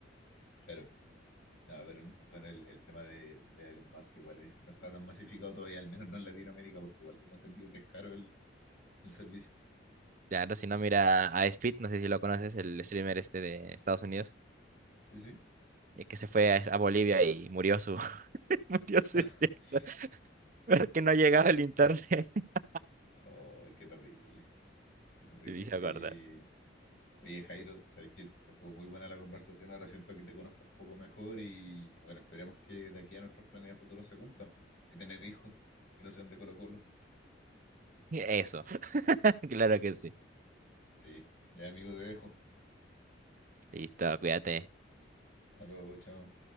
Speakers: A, on the left; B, on the right.
A: Claro. No, pero bueno, el, el tema de, de Elon Musk igual es- no está tan masificado todavía, al menos no en Latinoamérica, porque igual tengo entendido que es caro el, el servicio.
B: Ya, no, si no, mira a Speed, no sé si lo conoces, el streamer este de Estados Unidos,
A: Sí, sí.
B: eh, que se fue a, a Bolivia y murió su... <laughs> murió su...
A: <laughs>
B: directo, <laughs> porque no llegaba el internet. <laughs>
A: Oh, qué terrible, qué terrible.
B: Te hice
A: Oye,
B: acordar.
A: oye, Jairo, sabes que estuvo muy buena la conversación, ahora siento que te conozco un poco mejor y bueno, esperemos que de aquí a nuestros planes de futuro se cumplan. De tener hijos que no sean de Colo Colo.
B: Eso, <laughs> claro que sí.
A: Sí, ya amigo, te dejo.
B: Listo, cuídate.
A: Hasta luego, chao.